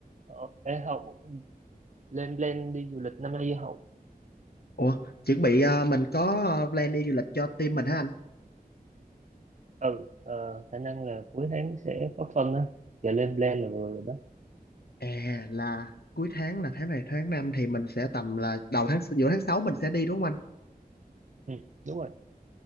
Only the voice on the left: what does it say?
Ủa, chuẩn bị ờ, mình có ờ, plan đi du lịch cho team mình hả anh?
À là cuối tháng là tháng này tháng 5 thì mình sẽ tầm là đầu tháng giữa tháng 6 mình sẽ đi đúng không anh?